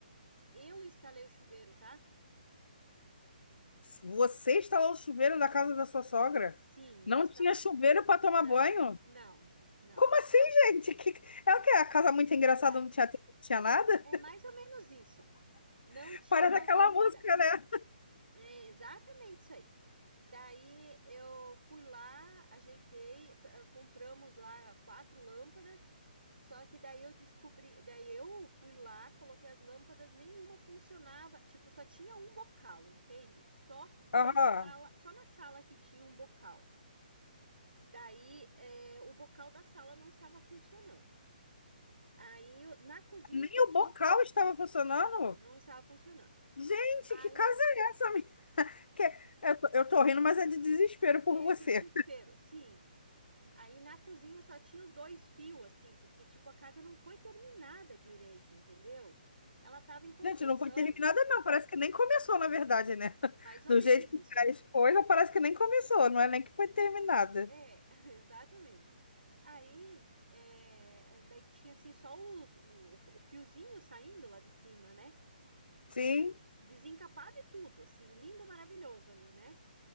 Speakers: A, on the right; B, on the left.
A: eu instalei o chuveiro, tá?
B: Você instalou o chuveiro na casa da sua sogra?
A: Sim,
B: Não
A: eu instalei.
B: tinha chuveiro para tomar
A: Não,
B: banho?
A: não, não.
B: Como assim, gente? Que... É o quê? A casa muito engraçada
A: Ah,
B: não tinha, não tinha nada?
A: é mais ou menos isso. Não
B: <laughs>
A: tinha
B: Para daquela
A: lâmpada.
B: música, né?
A: É exatamente isso aí. Daí eu fui lá, ajeitei, p- eh, compramos lá quatro lâmpadas. Só que daí eu descobri, daí eu fui lá, coloquei as lâmpadas, nenhuma funcionava, tipo, só tinha um bocal, entende? Só
B: Aham.
A: na sala, só na sala que tinha um bocal. Daí eh, o bocal da sala não estava funcionando. Aí eu- na cozinha
B: Nem
A: só tinha
B: o bocal estava funcionando.
A: Não, não estava funcionando.
B: Gente,
A: Aí
B: que casa é essa? minha? Que... Eu tô, eu tô rindo, mas é de desespero por
A: é
B: você.
A: de desespero, sim. Aí na cozinha só tinha os dois fios, assim, porque tipo a casa não foi terminada direito, entendeu? Ela estava em construção,
B: Gente, não foi terminada, não. Parece que nem começou, na verdade, né? <laughs>
A: mais ou
B: Do
A: menos
B: jeito que
A: isso.
B: faz coisa, parece que nem começou. Não é nem que foi terminada.
A: É, <laughs> exatamente. Aí é, daí tinha assim só os- o, o fiozinho saindo lá de cima, né?
B: Sim.
A: É, desencapado e tudo, assim, lindo, maravilhoso ali, né?